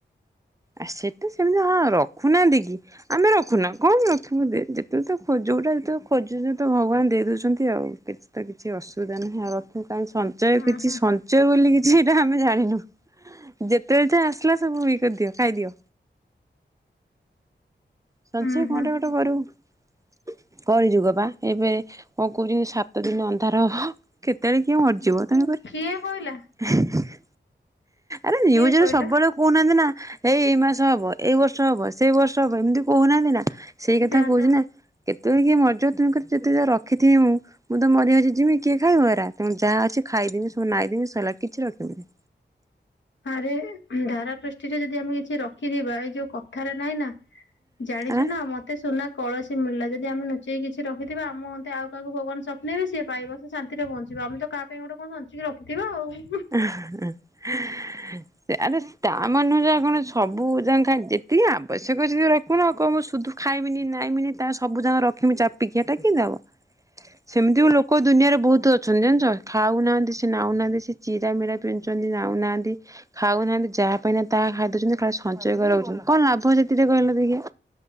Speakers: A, on the right; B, on the left.
A: ଆ ସେଟା ସେମିତି ହଁ ରଖୁନାହାନ୍ତି କି? ଆମେ ରଖୁନା କଣ ରଖିବୁ ଯେତେବେ ତ ଯୋଉଟା ଯେତବେଳେ ଖୋଜୁଛ ତ ଭଗବାନ ଦେଇ ଦଉଛନ୍ତି ଆଉ କିଛି ତ କିଛି ଅସୁବିଧା ନାହିଁ ଆଉ ରଖୁ ସଞ୍ଚୟ
B: ଉଁ
A: କିଛି
B: ହୁଁ
A: ସଞ୍ଚୟ ବୋଲି କିଛି ସେଟା ଆମେ ଜାଣିନୁ ଯେତେବେଳେ ଯେ ଆସିଲା ସବୁ ଏ କରିଦିଅ ଖାଇଦିଅ ସଂଞ୍ଚୟ
B: ଉଁ
A: କଣ
B: ହୁଁ
A: ଟା ଗୋଟେ କରିବୁ କଳି ଯୁଗ ବା ଏବେ କଣ କହୁଛନ୍ତି ସାତ ଦିନ ଅନ୍ଧାର ହେବ। କେତେବେଳେ କିଏ ମରିଯିବ ତେଣୁ କରି
B: କିଏ କହିଲା
A: ଆରେ ନ୍ୟୁଜରେ
B: କିଏ କହିଲା
A: ସବୁବେଳକୁ କହୁନାହାନ୍ତି ନା ଏଇ ଏଇ ମାସ ହବ ଏଇ ବର୍ଷ ହବ ସେଇ ବର୍ଷ ହବ ଏମିତି କହୁ ନାହାନ୍ତି ନା
B: ହେଇ
A: ସେଇ କଥା
B: ଯାଆନ୍ତା
A: କହୁଛି ନା କେତେ? ତୁମେ କିଏ ମଜା ତୁମ ଯେତେ ରଖିଥିବ ମୁଁ ମୁଁ ତ ମରିହଜି ଯିମି କିଏ ଖାଇବ ଏରା ତ ଯାହା ଅଛି ଖାଇଦେମି ସବୁ ନାଇଦମି ଶଲା କିଛି ରଖିବନି।
B: ଆରେ ଧରା ପୃଷ୍ଠିରେ ଯଦି ଆମେ କିଛି ରଖିଥିବା ଏଇ ଯୋଉ କଥାରେ ନାହିଁ ନା ଜାଣିଛୁ
A: ଆଁ
B: ନା ମତେ ସୁନା କଳସୀ ମିଳା ଯଦି ଆମେ ନୁଚେଇକି କିଛି ରଖିଥିବା ଆମନ୍ତେ କୌଣସି ମିଳିଲା ଯଦି ଆମେ ଲୁଚାଇକି କିଛି ରଖିଥିବା ଆମ ଅନ୍ତେ ଆଉ କାହାକୁ ଭଗବାନ ସ୍ୱପ୍ନବେ ସେ ପାଇବ ସେ ଶାନ୍ତିରେ ପହଞ୍ଚିବ ଆମେ ତ କାହା ପାଇଁ ଗୋଟେ କଣ ସଞ୍ଚିକି ରଖିଥିବା ଆଉ।
A: <inaudible> ଆରେ ତା ମାନରେ ୟା କଣ ସବୁ ଯା ଖା ଯେତିକି ଆବଶ୍ୟ- ସେ କହି ରଖିବୁନ ଆଉ କଣ ମୁଁ ସୁଧୁ ଖାଇମିନି ନାଇଁମିନି ତା ସବୁ ଜା ରଖମି ଚାପିକି ଆଟା କିିମିତି ହେବ ସେମିତି ବି ଲୋକ ଦୁନିଆରେ ବହୁତ ଅଛ <inaudible> ଖାଉନାହାଁନ୍ତି ସେ ନାଉନାହାନ୍ତି ସେ। ଯାହା ମିଳିଲା ପିନ୍ଧୁଛନ୍ତି ନାଉ ନାହାନ୍ତି ଖାଉ ନାହାନ୍ତି ଯାହା ପାଇଲେ ତାହା ଖାଇ ଦେଉଛନ୍ତି ଖାଲି ସଞ୍ଚୟ କରି ରଖୁଛନ୍ତି କଣ ଲାଭ ସେଥିରେ କହିଲ ଦେଖିଆ